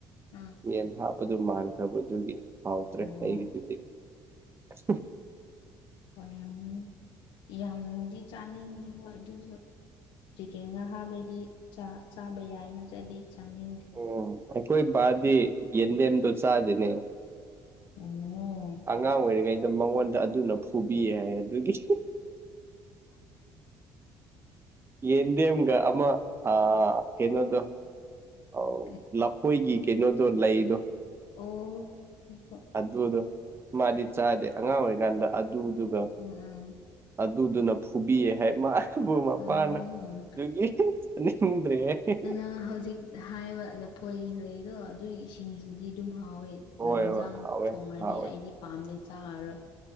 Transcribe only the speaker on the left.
ꯎꯝ
ꯑꯣ
ꯍꯣꯏ ꯌꯥꯝꯅ ꯌꯥꯝꯗꯤ ꯆꯥꯅꯤꯡꯗꯦ ꯍꯣꯏ ꯑꯗꯨꯖꯨ ꯆꯤꯀꯦꯟꯒ ꯍꯥꯞꯔꯗꯤ ꯆꯥ ꯆꯥꯕ ꯌꯥꯏ ꯅꯠꯇ꯭ꯔꯗꯤ ꯆꯥꯅꯤꯡꯗꯦ
ꯑꯣ
ꯀꯩ
ꯑꯣ <unintelligible>
ꯎꯝ
ꯎꯝ
ꯑꯥ ꯍꯧꯖꯤꯛ ꯍꯥꯏꯕ ꯂꯐꯣꯏꯒꯤ ꯂꯩꯗꯣ ꯑꯗꯨꯒꯤ ꯁꯤꯡꯖꯨꯗꯤ ꯑꯗꯨꯝ ꯍꯥꯎꯋꯦ
ꯉꯥꯟꯖꯥꯡ
ꯊꯣꯡꯉꯔꯗꯤ
ꯑꯩꯗꯤ ꯄꯥꯝꯗꯦ ꯆꯥꯔꯔꯣꯏ